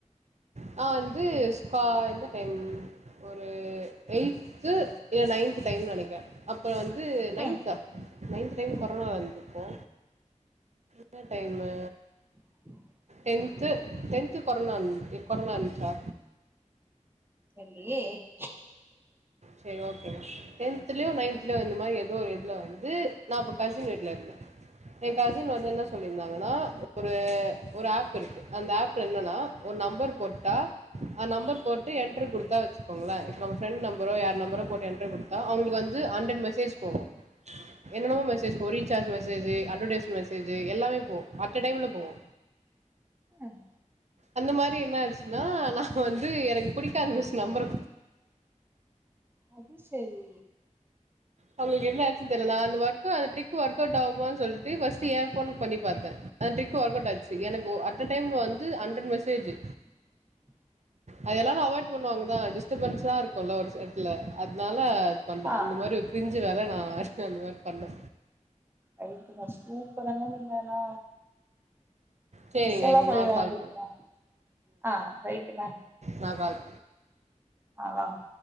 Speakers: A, on the right (about 60°); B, on the right (about 15°).
A: நா வந்து ஸ்கா எந்த டைம் ஒரு எயித்து இல்ல நைன்த் டைம்னு நெனைக்கிறே அப்ற வந்து நைன்தா
B: ம்
A: நைன்து டைம் கொரோனா வந்துருக்கு என்ன time
B: <inaudible>
A: tenth tenth corona corona இருந்துச்சா
B: தெர்லயே <inaudible>
A: சரி ஓக்கேங்க டெந்த்லயோ நைந்த்லயோ இந்த மாரி எதோ ஒரு இதுல வந்து நா அப்ப கசின் வீட்ல இருந்தே ஏ கசின் வந்து என்ன சொல்லிருந்தாங்கன்னா ஒரு ஒரு ஆப் இருக்கு அந்த ஆப்ல என்னன்னா ஒரு நம்பர் போட்டா ஆ நம்பர் போட்டு என்ட்ரி குடிடுத்தா வச்சுக்கோங்களே இப்ப நம்ம ஃப்ரெண்ட் நம்பரோ யார் நம்பரோ போட்டு என்ட்ரி குடுத் அவங்களுக்கு வந்து ஹண்ட்ரட் மெசேஜ் போகு என்னவோ மெசேஜ் போ recharge message message advertisement message எல்லாமே போகு அட்டடைம்ல போவு
B: ம்
A: அந்த மாரி என்ன ஆச்சு னா நா வந்து எனக்கு புடிக்காத மிஸ் நம்பற
B: அது சேரி
A: அவங்களுக்கு என்ன ஆச்சுன்னு தெரில நா அந்த வர்க்கு அந்த ட்ரிக்கு ஒர்க்கவுட் ஆகுமான்னு சொல்லிட்டு ஃபர்ஸ்ட் ஏ போனுக்கு பண்ணி பாத்தே அந்த ட்ரிக் ஒர்க் அவுட் ஆச்சு எனக்கு அட்ட டைம்ல வந்து ஹண்ட்ரட் மெசேஜு
B: <inaudible>
A: அத எல்லாரு அவாய்ட் பண்ணுவாங்கதா டிஸ்டபன்ஸ்ஸா இருக்கும்ல ஒரு சைட்ல அதனால பண்ணே
B: ஆ
A: அந்த மாரி ஒரு க்ரிஞ்சு வேல நானதா அந்த மாரி பண்ணே
B: ரைட்டுமா சூப்பருங்க நீங்கனா
A: சரிங்க
B: மிஸ் எல்லா
A: இப்போ
B: பழி
A: நான்
B: வாங்கிருக்கே
A: கால் பண்ணேன்
B: ஆ ரைட்டுங்க
A: நா கால்
B: அதாங்க